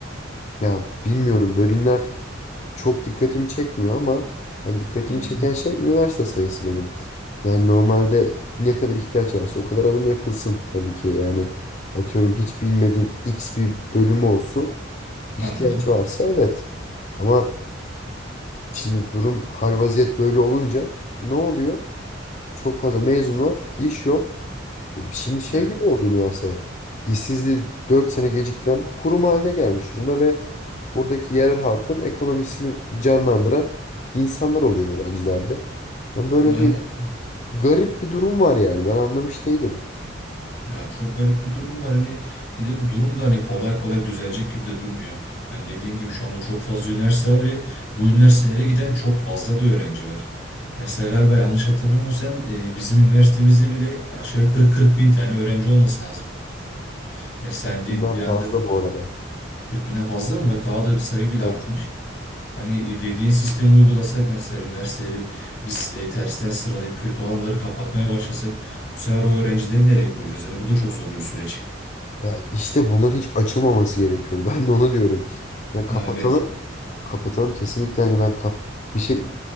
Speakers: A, on the left (about 40°); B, on the left (about 60°).
A: Ya bilmiyorum bölümler çok dikkatimi çekmiyor ama yani dikkatimi
B: Hı hı,
A: çeken şey üniversite sayısı benim. Yani normalde ne kadar ihtiyaç varsa o kadar alım yapılsın tabii ki. Yani atıyorum hiç bilmediğim X bir bölümü olsun. ihtiyaç
B: anladım.
A: varsa evet. Ama şimdi durum hal vaziyet böyle olunca ne oluyor? Çok fazla mezun var, iş yok. E şimdi şey
B: Evet.
A: gibi oldu üniversiteler. İşsizliği 4 sene geciktiren bir kurum haline gelmiş durumda ve Oradaki yerel halkın ekonomisini canlandıran insanlar oluyor öğrencilerde. Yani böyle
B: Aynen
A: bir garip bir durum var yani. Ben anlamış değilim.
B: Ya çok garip bir durum var hani bir de bu durum da hani kolay kolay düzelecek gibi de durmuyor. Hani dediğin gibi şu anda çok fazla üniversite var ve bu üniversitelere giden çok fazla da öğrenci var. Mesela galiba yanlış hatırlamıyorsam e, bizim üniversitemizde bile aşağı yukarı 40 bin tane öğrenci olması lazım. Mesela hani de-
A: Binden
B: bir anda
A: fazla bu arada.
B: 40 binden fazla mı? Bak daha da bir sayı bile
A: Evet.
B: artmış. Hani e, dediğin sistemi uygulasak mesela üniversiteleri biz e, tersten sıralayıp kötü olanları kapatmaya başlasak bu sefer o öğrencileri nereye koyacağız? Hani bu da çok zorlu bir süreç.
A: Ya işte bunlar hiç açılmaması gerekiyordu. <laughs> Ben de onu diyorum. Ya kapatalım.
B: Ha, evet.
A: Kapatalım kesinlikle hani ben kap bir şey